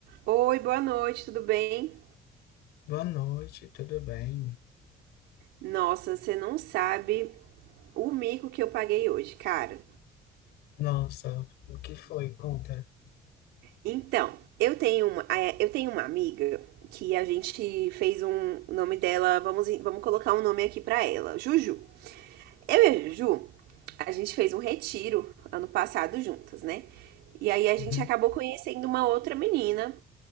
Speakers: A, on the right; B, on the left.
A: Oi, boa noite, tudo bem?
B: Boa noite, tudo bem?
A: Nossa, você não sabe o mico que eu paguei hoje, cara.
B: Nossa, o que foi? Conta.
A: Então, eu tenho uma, ah, é, eu tenho uma amiga que a gente fez um o nome dela, vamos, vamos colocar um nome aqui pra ela, Juju. Eu e a Juju, a gente fez um retiro ano passado juntas, né? E aí a gente
B: Uhum.
A: acabou conhecendo uma outra menina,